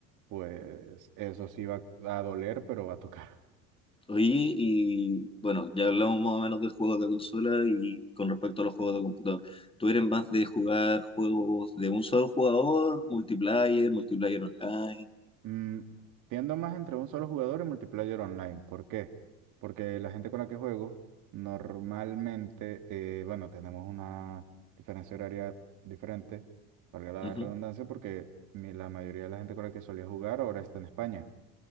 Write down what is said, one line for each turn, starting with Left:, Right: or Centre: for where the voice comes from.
Right: pues eso sí va a doler, pero va a tocar.
Left: Oye, y bueno, ya hablamos más o menos de juegos de consola y con respecto a los juegos de computador. ¿Tú eres más de jugar juegos de un solo jugador, multiplayer, multiplayer online?
Right: Mm, tiendo más entre un solo jugador y multiplayer online. ¿Por qué? Porque la gente con la que juego, normalmente, eh, bueno, tenemos una diferencia horaria diferente, valga la
Left: Ujú,
Right: redundancia, porque mi- la mayoría de la gente con la que solía jugar ahora está en España.